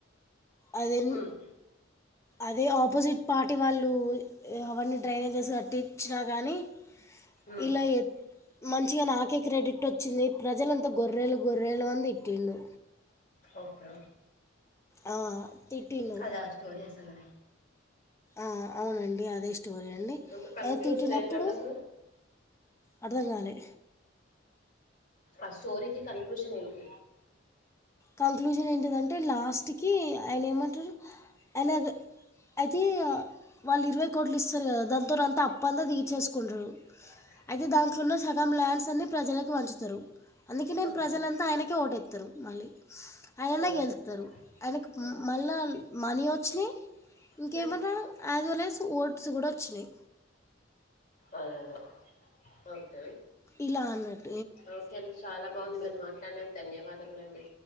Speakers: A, on the left; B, on the left.
A: అది ఎన్
B: ఉమ్
A: అది ఆపోజిట్ పార్టీ వాళ్ళు అవన్నీ డ్రైనేజెస్ కట్టించినా కానీ
B: ఉమ్
A: ఇల్ల ఏ మంచిగా నాకే క్రెడిట్ వచ్చింది ప్రజలంతా గొర్రెలు గొర్రెలు అంది తిట్టిండు
B: ఓకే
A: ఆ తిట్టిండు
B: కద ఆ స్టోరీ అసలు
A: ఆ ఆ అండి అదే స్టోరి అండి
B: అంటే కన్క్లూషన్
A: ఏ తిట్టినప్పుడు
B: ఏంటంట సార్
A: అర్థం కాలే
B: ఆ స్టోరీకి కన్క్లూషన్ ఏంటి
A: కంక్లూజన్ ఏంటిదంటే లాస్ట్కి ఆయన ఏమంటారు ఆయన అయితే వాళ్ళు ఇరవై కోట్లు ఇస్తారు కదా దానితోని అంతా అప్పంతా తీర్చేసుకుంటారు
B: అ
A: అయితే దాంట్లోనే సగం ల్యాండ్స్ అన్ని ప్రజలకు పంచుతారు అందుకనే
B: ఆహా!
A: ప్రజలంతా ఆయనకే ఓటెస్తారు మళ్ళీ ఆయననే
B: ఓకే
A: గెలుతరు ఆయనకు
B: హ్మ్.
A: మళ్ళా మనీ వచ్చినయి ఇంకేమంట
B: ప్లస్
A: యాజ్ వెల్ యాస్ ఓట్స్ కూడా వచ్చినాయి
B: అదే అదే ఓకే
A: ఇలాన
B: ఓకే అండి చాలా బాగుంది మీరు మాట్లాడినా ధన్యవాదములు అండి